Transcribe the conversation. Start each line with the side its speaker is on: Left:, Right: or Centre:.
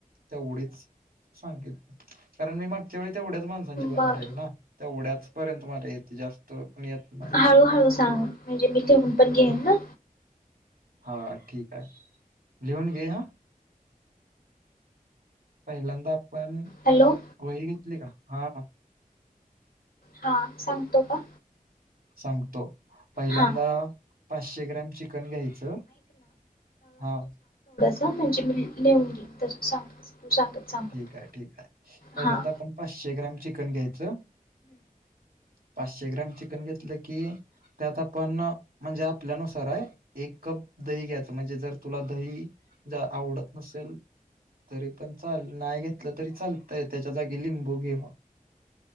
Right: तेवढीच सांगेन कारण मी मागच्या वेळे तेवढ्या च माणसांची बनवलेली
Left: बर
Right: ना तेवढ्याच पर्यंत मला येते जास्त पण येत नाही
Left: हळूहळू सांग म्हणजे मी लिहून पण घेईना.
Right: हा ठीके आहे लिहून घे हा. पहिल्यांदा पन
Left: हॅलो
Right: वहि घेतली का? हा
Left: हा सांगतो का?
Right: सांगतो... पहिल्यांदा
Left: हां
Right: पाचशे ग्रॅम चिकन घ्यायचं हा...
Left: हा म्हणजे मी लिहून घेईल तसं सांग. तू सांगत सांगत
Right: ठीके ठीके पहिल्यांदा
Left: हां
Right: आपण पाचशे ग्रॅम चिकन घ्यायचं पाचशे ग्रॅम.... चिकन घेतलं की त्यात आपण म्हणजे आपल्यानुसार आहे एक कप दही घ्यायचं म्हणजे जर तुला दही जर आवडत नसेल तरी पण चल नाय घेतलं तरी चालतंय त्याच्या जागी लिंबू घे मग.....